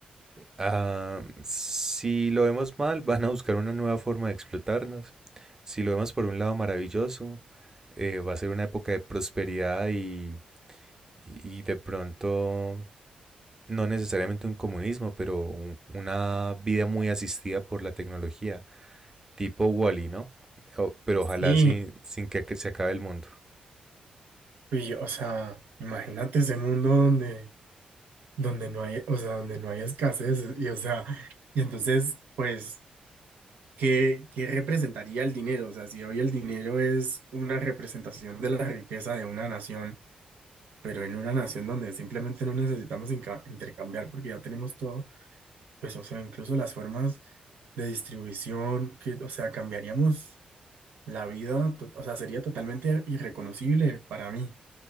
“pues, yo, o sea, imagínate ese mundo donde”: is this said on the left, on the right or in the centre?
Right